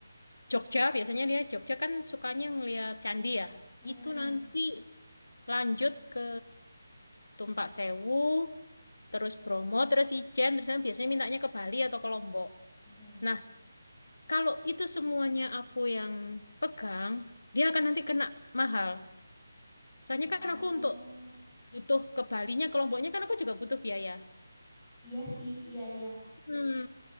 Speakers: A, on the left (about 90°); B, in the centre.
A: Jogja, biasanya dia Jogja kan sukanya ngeliat candi ya.
B: Mm-mm.
A: Itu nanti lanjut ke Tumpak Sewu, terus Bromo, terus Ijen, terus nanti biasanya mintanya ke Bali atau ke Lombok.
B: Mm-mm.
A: Nah, kalau itu semuanya aku yang pegang, dia akan nanti kena mahal. Soalnya
B: Oh,
A: kan aku untuk butuh ke Balinya, ke Lomboknya kan aku juga butuh biaya.
B: iya sih, iya iya.
A: Hmm,